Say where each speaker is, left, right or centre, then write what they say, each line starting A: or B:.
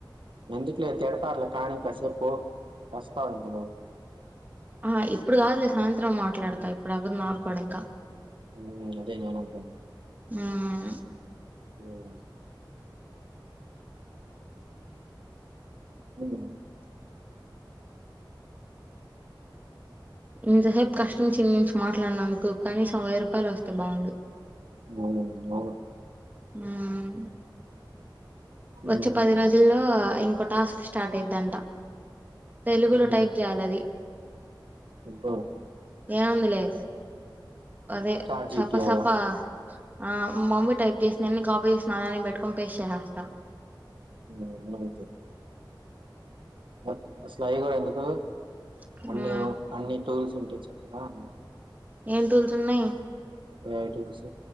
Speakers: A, on the right; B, on the right.
A: ఎందుకులే తిడతార్లే కానీ కసే పో వస్తా అందులో
B: ఆ ఇప్పుడు కాదులే సాయంత్రం మాట్లాడతా ఇప్పుడు అవదు నాకూడా ఇంకా
A: మ్మ్ అదే నేనంటన్నా
B: మ్
A: మ్మ్ హ్మ్
B: ఇంతసేపు కష్టం చిందించి మాట్లాడినందుకు కనీసం వెయ్యి రూపాయలు వస్తే బాగుండు
A: ఉమ్, అవును.
B: మ్మ్
A: ఉమ్,
B: వచ్చే పది రోజుల్లో ఇంకో టాస్క్ స్టార్ట్ అయిదంట తెలుగులో
A: ఉహు.
B: టైప్ చేయాలది
A: అబ్బో,
B: ఏముందిలే అదే
A: చాట్
B: సపా
A: జీపీటీ కదా
B: సపా ఆ మమ్మీ టైప్ చేసి నేను కాపీ చేసి మల్ల పెట్టుకుని పేస్ట్ చేసేస్తా
A: మూడొందలన్నా వత్తయ అసలు అయి గూడా ఎందుకు
B: మ్మ్
A: అన్ని వో అన్ని టూల్స్ ఉంటాయ్ చక్కగాను
B: ఏం టూల్స్ ఉన్నాయ్
A: ఎ టూల్స్